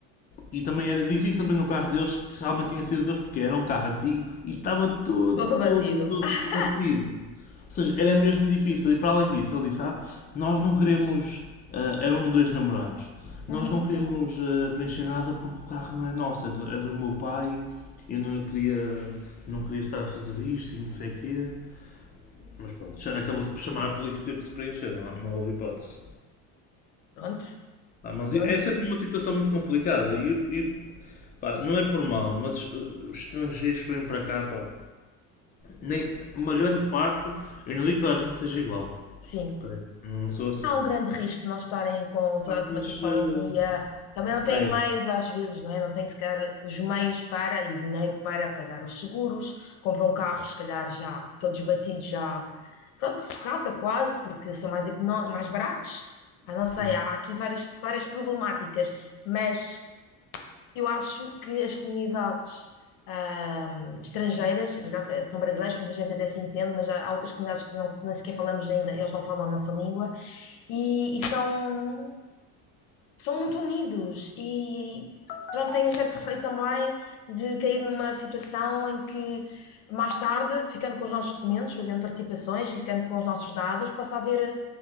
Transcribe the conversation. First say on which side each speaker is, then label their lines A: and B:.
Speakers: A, on the left (about 25°); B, on the left (about 65°).
A: e também era difícil abrir no carro deles que realmente tinha sido deles, porque era um carro antigo e estava todo,
B: Todo
A: todo,
B: batido.
A: todo
B: <laughs>
A: partido. Ou seja, era mesmo difícil. E para além disso, ele disse: Ah, nós não queremos. ah, eram dois namorados.
B: Uhum.
A: Nós não queremos ah, preencher nada porque o carro não é nosso, é do, é do meu pai. Eu não queria, não queria estar a fazer isto e não sei o quê. Mas pronto, já acabou-se por chamar a polícia e teve que se preencher, não, não houve hipótese.
B: Pronto,
A: Ah, mas
B: pronto.
A: essa é sempre uma situação muito complicada. E, e, pá, não é por mal, mas uh, os estrangeiros que vêm para cá, pá, nem, uma grande parte, eu não digo que toda a gente seja igual.
B: Sim.
A: ok? Não sou assim.
B: Há um grande risco de não estarem com toda
A: Pá,
B: a
A: mas
B: documentação
A: uh,
B: em dia. Também não têm
A: é,
B: meios, às vezes, não é? Não têm sequer os meios para e o dinheiro para pagar os seguros. Compram carros, se calhar, já todos batidos, já. Pronto, sucata quase, porque são mais, econó- mais baratos. Ah, não sei,
A: é,
B: há aqui várias, várias problemáticas, mas. Eu acho que as comunidades ahm, estrangeiras, por acaso eh, são brasileiros muita gente até se entende, mas há há outras comunidades que não, que nem sequer falamos ainda, eles não falam a nossa língua, e, e são, são muito unidos. E pronto, tenho um certo receio também de cair numa situação em que, mais tarde, ficando com os nossos documentos, fazendo participações e ficando com os nossos dados, possa haver eh,